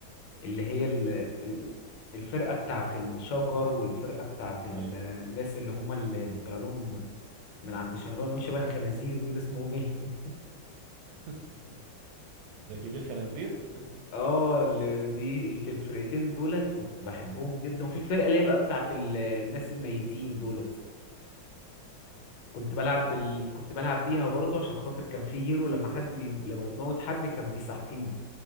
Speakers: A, on the left; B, on the right.
A: اللي هي ال- ال- الفرقة بتاعت الشجر والفرقة بتاعت ال-
B: ايوه
A: الناس اللي هم اللي اللي طلع لهم من عند شنبان مش شبه الخنازير دول اسمهم ايه <laughs>
B: <laughs> راكبين خنازير <laughs>
A: اه اللي دي الت- الفرقتين دولت كنت بحبهم جدا وفي فرقة اللي هي بقى بتاعت ال- الناس الميتين دولت كنت
B: الناس
A: بلعب
B: الميتين
A: بال... كنت بلعب بيها برضه عشان خاطر كان في هيرو لما حد بي... لما بتموت حد كان بيصحيه